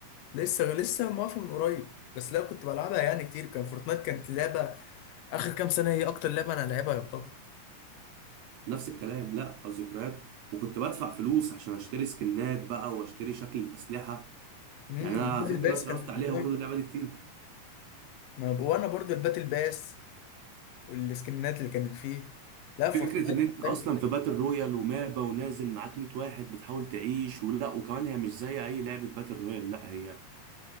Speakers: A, on the left (about 85°); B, on the right (about 70°).
A: ولسه لسه موافق من قريب بس لا كنت بلعبها يعني كتير كان فورتنايت كانت لعبة آخر كام سنة هي أكتر لعبة أنا لعبها يعتبر
B: نفس الكلام لا ذكريات وكنت بدفع فلوس عشان اشتري سكنات بقى واشتري شكل الاسلحه
A: امم
B: يعني انا
A: الباتل
B: فاكر
A: باس
B: انا صرفت
A: كان في
B: عليها
A: فورتنايت
B: برضه اللعبه دي كتير
A: ما ب- وأنا برضو الباتل باس والسكنات اللي كانت فيه لا فورتنايت
B: فكرة إن أنت
A: فاهم
B: أصلا في باتل رويال ومابا ونازل معاك 100 واحد بتحاول تعيش ولا وكمان هي مش زي أي لعبة باتل رويال لا هي